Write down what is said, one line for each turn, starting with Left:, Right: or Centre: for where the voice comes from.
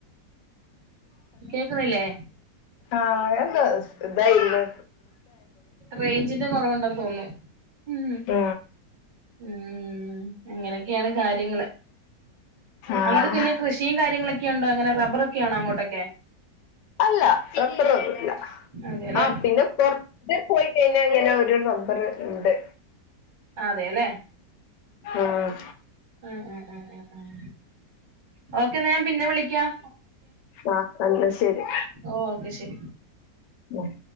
Right: കേക്കുന്നില്ലേ
Left: ആഹ എന്താ ഇതായിന്നു
Right: റേഞ്ചിന്റെ കൊറവുണ്ടെന്ന് തോന്നുന്നു ഉം
Left: ആ
Right: ഉം അങ്ങനെ എനിക്ക് കാര്യങ്ങള്
Left: ആഹ്
Right: അങ്ങോട്ട് പിന്നെ കൃഷിയും കാര്യങ്ങളൊക്കെ ഒക്കെ ഉണ്ടോ അങ്ങനെ റബ്ബറ ഒക്കെയണോ അങ്ങോട്ടൊക്കെ
Left: അല്ല റബ്രറൊന്നുംല്ല
Right: അതെല്ലേ
Left: ആ പിന്നെ കൊറച് പോയി കഴിഞ്ഞാ അങ്ങനെ ഒരു റബ്ബർ ഉണ്ട്
Right: അതെല്ലേ
Left: ആഹ്
Right: ഉം ഉം ഉം ഉം ഉം ഓ ഞാൻ പിന്നെ വിളിക്കാം
Left: ആഹ് എന്നാ ശരി
Right: ഓക്കെ
Left: ഉം